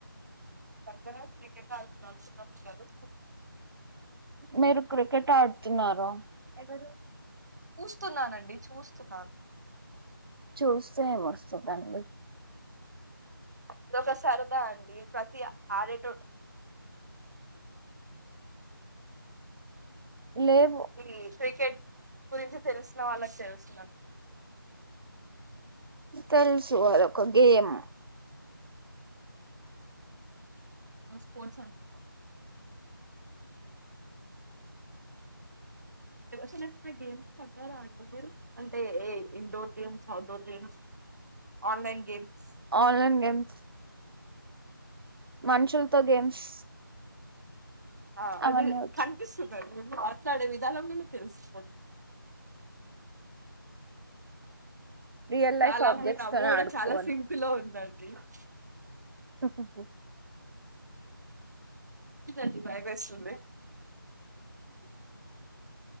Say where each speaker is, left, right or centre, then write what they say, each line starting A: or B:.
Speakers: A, on the right; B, on the right.
A: పక్కన క్రికెట్ ఆడుతున్నారు చిన్న పిల్లలు
B: మీరు క్రికెట్ ఆడుతున్నారుారా ఎవరు
A: చూస్తున్నానండి చూస్తున్నాను
B: చూస్తేం వస్తుందండి
A: అద ఒకక సరదా అండి ప్రతి ఆరెడ
B: లేవు
A: మ్ క్రికెట్ గురించి తెలిసిన వాళ్ళకి తెలుసు
B: తెలుసు ఆది ఒక గేమ్
A: స్పోర్ట్స్ అనుకునా ఎవ <unintelligible> గేమ్స్ పగారా అండి మీరు అంటే indoor games outdoor games online games
B: online games మనుషులతో గేమ్స్
A: ఆ అది
B: అవన్నీ వచ్చు
A: కనిపిస్తు మాట్లాడే విధానం లోనే తెలిసిపో
B: రియల్
A: చాలా
B: లైఫ్ ఆబ్జెక్ట్స్
A: మీ నవ్వు
B: తోనే
A: కూడా
B: ఆడుకోవాలి
A: చాలా సింకు లో ఉండండి ఇ
B: తప్పం పో
A: ద భయం ఎస్తుంది